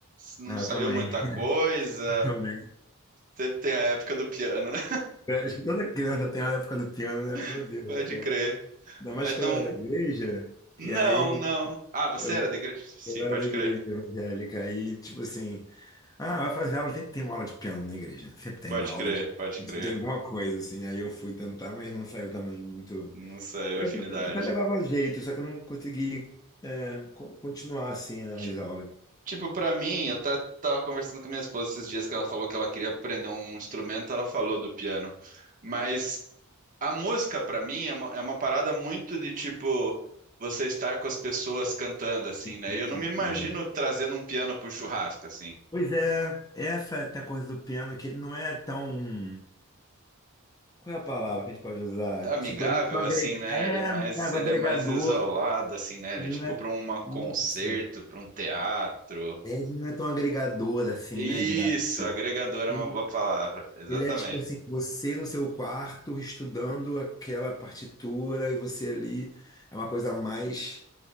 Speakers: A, on the right; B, on the left.
A: não
B: Ah,
A: saiu
B: eu também,
A: muita coisa.
B: <laughs> também.
A: Sempre tem a época do piano, né?
B: Eu Acho que toda criança tem a época do piano, né? Meu
A: <laughs>
B: Deus do
A: Pode
B: céu.
A: crer.
B: Ainda
A: Mas
B: mais que
A: não.
B: eu era da igreja,
A: Não,
B: e aí...
A: não. Ah, você
B: eu
A: era da igreja? Sim,
B: Eu era
A: pode
B: da igreja
A: crer.
B: evangélica aí, tipo assim, ah, vai fazer aula, sempre tem uma aula de piano na igreja, sempre tem
A: Pode
B: uma aula
A: crer,
B: de,
A: pode crer.
B: de alguma coisa, assim. Aí eu fui tentar, mas não saiu também muito.
A: Não saiu
B: Eu
A: afinidade.
B: até levava jeito, só que eu não consegui, é, co- continuar, assim, as
A: Ti-
B: aulas.
A: Tipo, pra mim, eu ta- tava conversando com a minha esposa esses dias que ela falou que ela queria aprender um instrumento, ela falou do piano. Mas a música, pra mim, é uma, é uma parada muito de tipo. Você estar com as pessoas cantando, assim, né?
B: Isso,
A: Eu não me imagino
B: cara.
A: trazendo um piano para um churrasco, assim.
B: Pois é, essa tem a coisa do piano que ele não é tão. Qual é a palavra que a gente pode usar?
A: amigável,
B: Tipo, ele não agrega...
A: assim, né?
B: é,
A: Ele é mais,
B: é o
A: ele
B: agregador,
A: é mais isolado, assim, né? Ele,
B: ele
A: tipo,
B: não é
A: para um concerto,
B: isso.
A: para um teatro.
B: Ele não é tão agregador assim,
A: Isso,
B: né, de galera.
A: agregador
B: Ele,
A: é uma boa palavra, exatamente.
B: ele é tipo assim, você no seu quarto estudando aquela partitura e você ali é uma coisa mais